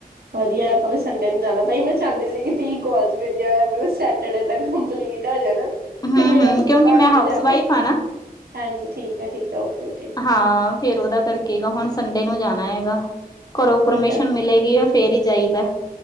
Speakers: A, on the right; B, on the left.
A: ਵਧੀਆ ਆਪਾਂ ਮ ਸੰਡੇ ਨੂੰ ਜਾਣਾ ਤਾਂ ਹੀ ਮੈਂ ਚਾਹੁੰਦੀ ਸੀ ਕਿ ਤੀ ਕੋਾਲਜ ਮੇਰੀਆਂ ਮਤਲਬ ਸੈਟਰਡੇ ਤ ਕੰਪਲੀਟ ਜਾਣਾ
B: ਹੂੰ
A: ਤੇ ਮੇਰਾ
B: ਹੂੰ
A: ਕੁਸ
B: ਕਿਉਂਕਿ
A: ਬੰਦ
B: ਮੈਂ ਹਾਊਸ
A: ਜਾਵੇ
B: ਵਾਈਫ ਆ ਨਾ।
A: ਹਾਂਜੀ ਠੀਕ ਆ ਠੀਕ ਆ ਓਕੇ ਓਕੇ
B: ਹਾਂ ਫੇਰ ਉਹਦਾ ਕਰਕੇ ਹੁਣ ਸੰਡੇ ਨੂੰ ਜਾਣਾ ਹੈਗਾ, ਘਰੋਂ
A: ਠੀਕ
B: ਪਰਮਿਸ਼ਨ
A: ਹੈ
B: ਮਿਲੇਗੀ ਫੇਰ ਹੀ ਜਾਈਦਾ।